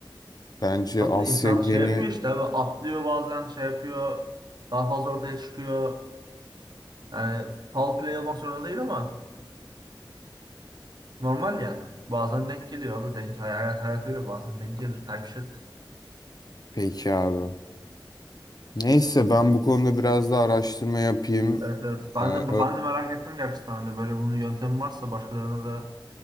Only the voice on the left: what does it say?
bence
Asya
geni
peki abi. Neyse ben bu konuda biraz daha araştırma yapayım.
Ee,